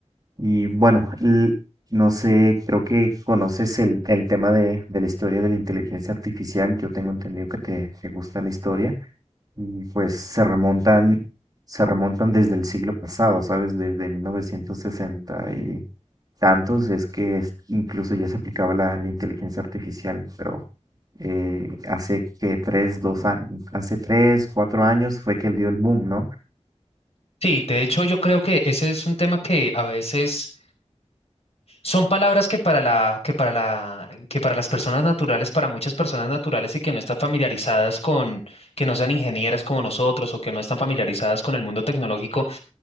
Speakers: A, on the right; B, on the left.
A: y bueno, l- no sé, creo que conoces el, el tema de, de la historia de la inteligencia artificial. Yo tengo entendido que te, te gusta la historia y pues se remontan, se remontan desde el siglo pasado, ¿sabes? Desde 1960 y tantos es que es- incluso ya se aplicaba la, la inteligencia artificial, pero eh, hace que tres, dos años, hace tres, cuatro años fue que él dio el boom, ¿no?
B: Sí, de hecho yo creo que ese es un tema que a veces son palabras que para la, que para la, que para las personas naturales, para muchas personas naturales y que no están familiarizadas con, que no sean ingenieras como nosotros o que no están familiarizadas con el mundo tecnológico,